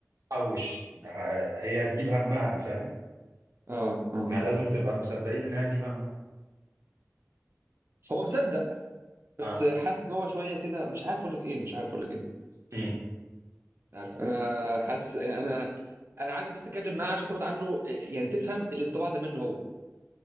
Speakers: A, on the right (about 70°); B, on the right (about 50°).
A: حوش آه، هي هتجيب همها فاهم
B: اه اه
A: يعني لازم تبقى مصدقين ان هي تجيب همها
B: هو مصدق بس
A: اه
B: حاسس ان هو شويه كده مش عارف اقول لك ايه مش عارف اقول لك ايه
A: مم.
B: مش عارف انا حاسس انا انا عايز بس اتكلم معاه عشان تاخد عنه يعني تفهم الانطباع ده منه هو